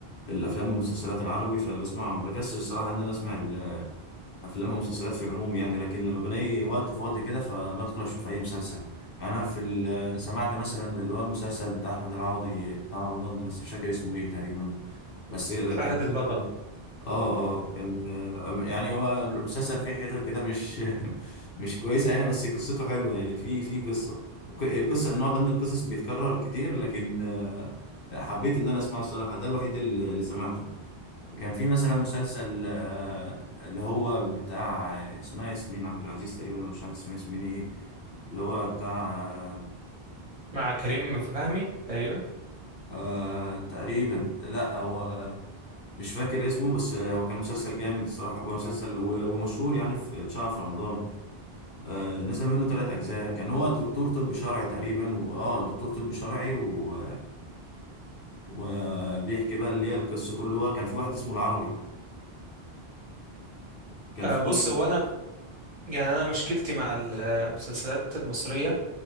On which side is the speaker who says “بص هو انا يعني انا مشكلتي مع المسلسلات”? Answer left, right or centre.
Right